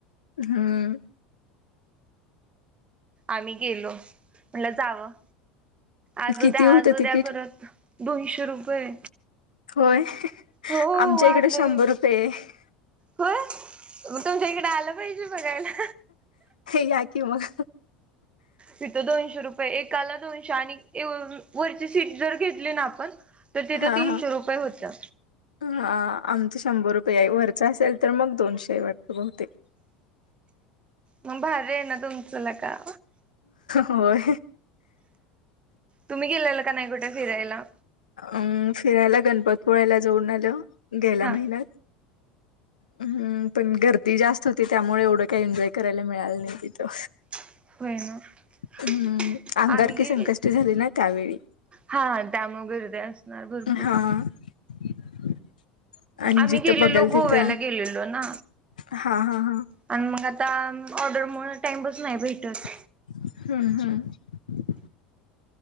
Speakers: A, on the left; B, on the right.
A: हम्म.
B: आम्ही गेलो. म्हटलं जावं आज
A: किती
B: उद्या
A: होतं
B: आज
A: तिकीट
B: उद्या करत दोनशे रुपये
A: होय.
B: हो
A: आमच्या
B: वाढलंय
A: इकडे शंभर रुपये हे.
B: होय मग तुमच्या इकडे आलं पाहिजे बघायला.
A: या की मग
B: तिथं दोनशे रुपये एकाला दोनशे <unintelligible> वरची सीट जर घेतली ना आपण तर तिथं
A: हा
B: तीनशे
A: हा.
B: रुपये होतं.
A: हा आमचं शंभर रुपये आहे वरच असेल तर मग दोनशे वाटत बहुतेक.
B: मग भारी आहे ना तुमचं लेका.
A: होय
B: तुम्ही गेलेला का नाही कुठे फिरायला?
A: अंम फिरायला गणपतीपुळ्याला जाऊन आलो गेल्या
B: हा
A: महिन्यात. हम्म पण गर्दी जास्त होती, त्यामुळे एवढं काही एन्जॉय करायला मिळाल नाही तिथं.
B: <unintelligible>
A: हम्म अंगारकी
B: आम्ही गेलो
A: संकष्टी झाली ना त्यावेळी
B: हा त्यामुळे गर्दी असते. हां भरपूर.
A: हा. <inaudible> आणि
B: आम्ही
A: जिथं
B: गेलेलो
A: बघाल
B: गोव्याला
A: तिथं
B: गेलेलो ना.
A: हा हा हा
B: आणि मग आता ऑर्डर मुळे टाइमच नाही भेटत.
A: हम्म हम्म.